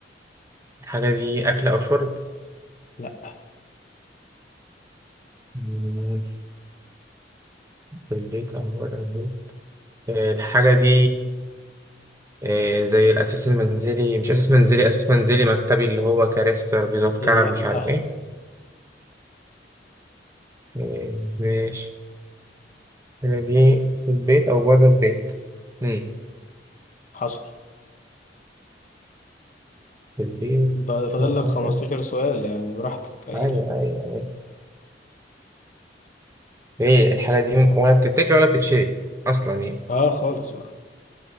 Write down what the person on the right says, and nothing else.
الحاجة دي أكل أو شرب
مم، في البيت أو بره البيت آه، الحاجة دي إيه زي الأساس المنزلي مش أساس منزلي أساس منزلي مكتبي اللي هو كراسي ترابيزات
كنب مش عارف
إيه إيه، ماشي هنا دي في البيت أو بره البيت مم.
في البيت
أو بره
أيوة أيوة أيوة إيه الحاجة دي ولا بتتاكل ولا بتتشري أصلا يعني